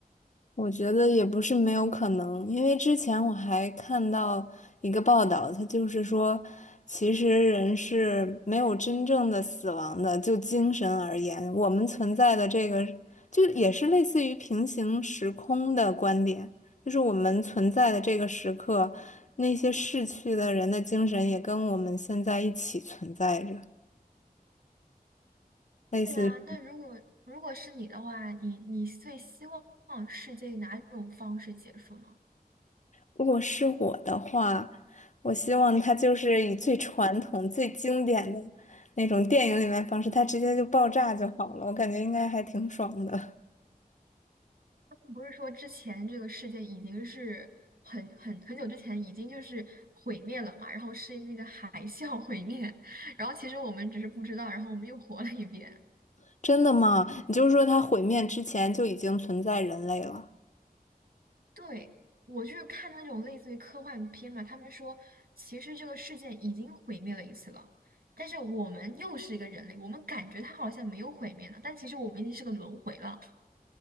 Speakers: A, on the left; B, on the right.
A: 我觉得也不是没有可能，因为之前我还看到一个报道，它就是说，其实人是没有真正的死亡的，就精神而言，我们存在的这个就也是类似于平行时空的观点，就是我们存在的这个时刻，那些逝去的人的精神也跟我们现在一起存在着。类似。
B: 对啊，那如果如果是你的话，你你最希望世界以哪种方式结束呢？
A: 如果是我的话，我希望它就是以最传统、最经典的那种电影里面方式，它直接就爆炸就好了。我感觉应该还挺爽的。
B: 他们不是说之前这个世界已经是很很很久之前已经就是毁灭了嘛，然后是那个海啸毁灭，然后其实我们只是不知道，然后我们又活了一遍。
A: <laughs> 真的吗？你就是说它毁灭之前就已经存在人类了？
B: 对，我就是看那种类似于科幻片嘛，他们说其实这个世界已经毁灭了一次了，但是我们又是一个人类，我们感觉它好像没有毁灭呢，但其实我们已经是个轮回了。